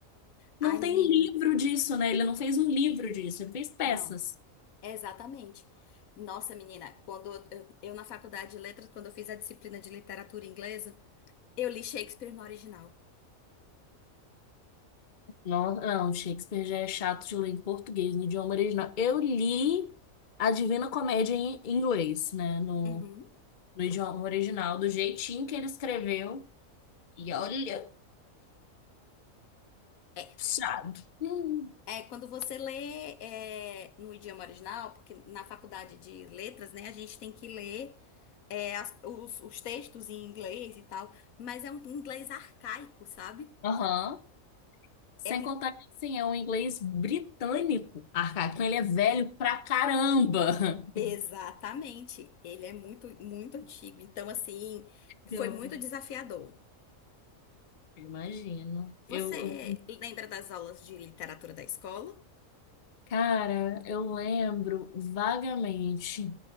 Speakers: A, on the left; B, on the left.
A: Ai,
B: não tem
A: menina.
B: livro disso, né? Ele não fez um livro disso, ele fez peças.
A: Não. Exatamente. Nossa, menina, quando eu, eu- eu na faculdade de letras, quando eu fiz a disciplina de literatura inglesa, eu li Shakespeare no original.
B: Não, não, Shakespeare já é chato de ler em português, no idioma original. Eu li a Divina Comédia em inglês, né? No,
A: Uhum.
B: no idioma original, do jeitinho que ele escreveu. E olha.
A: É,
B: Puxado. Hum.
A: é, quando você lê é, no idioma original, porque na faculdade de letras, né, a gente tem que ler é, as- os, os textos em inglês e tal, mas é um inglês arcaico, sabe?
B: Aham. Sem
A: É, um-
B: contar que, assim, é um inglês britânico arcaico. Então, ele é velho pra caramba. <laughs>
A: exatamente. Ele é muito, muito antigo. Então, assim, foi
B: Eu
A: muito desafiador.
B: imagino.
A: Você
B: Eu, eu-
A: lembra das aulas de literatura da escola?
B: cara, eu lembro vagamente,